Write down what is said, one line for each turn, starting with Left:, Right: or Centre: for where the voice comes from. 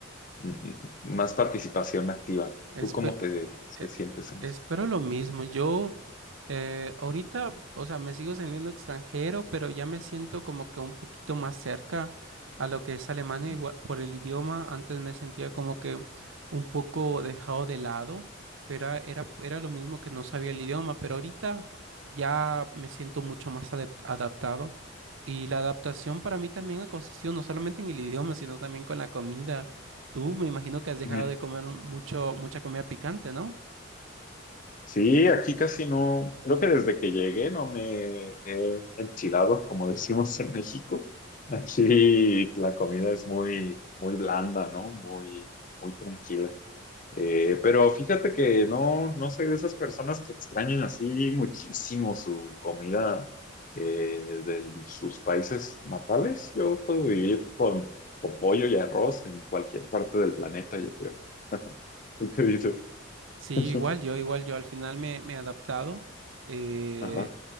Left: m- m- más participación activa.
Right: espe-
Left: ¿Tú cómo te,
Right: eh,
Left: te sientes en
Right: espero
Left: eso?
Right: lo mismo. Yo Eh, ahorita, o sea, me sigo sintiendo extranjero, pero ya me siento como que un poquito más cerca a lo que es Alemania
Left: Ujú,
Right: igual, por el idioma. Antes me sentía como que un poco dejado de lado, pero era, era, era lo mismo que no sabía el idioma, pero ahorita ya me siento mucho más adep- adaptado. Y la adaptación para mí también ha consistido no solamente en el idioma, sino también con la comida. Tú me imagino que has dejado
Left: ujú.
Right: de comer mucho, mucha comida picante, ¿no?
Left: Sí, aquí casi no, creo que desde que llegué no me he enchilado, como decimos en México. Aquí la comida es muy, muy blanda, ¿no? Muy, muy tranquila. Eh, pero fíjate que no, no soy de esas personas que extrañan así muchísimo su comida eh, de sus países natales. Yo puedo vivir con, con pollo y arroz en cualquier parte del planeta, yo creo. <laughs> ¿Tú qué dices?
Right: Sí,
Left: <laughs>
Right: igual yo, igual yo al final me, me he adaptado, eh,
Left: Ajá.